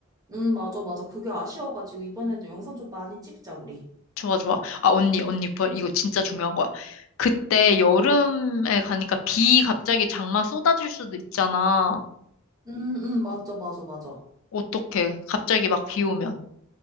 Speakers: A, on the right; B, on the left.
A: 응, 맞아, 맞아. 그게 아쉬워가지고, 이번에도 영상 좀 많이 찍자, 우리.
B: 좋아, 좋아. 아, 언니, 언니, 벌- 이거 진짜 중요한 거야. 그때 여름에 가니까 비 갑자기 장마 쏟아질 수도 있잖아.
A: 응, 응, 맞아, 맞아, 맞아.
B: 어떡해. 갑자기 막 비 오면.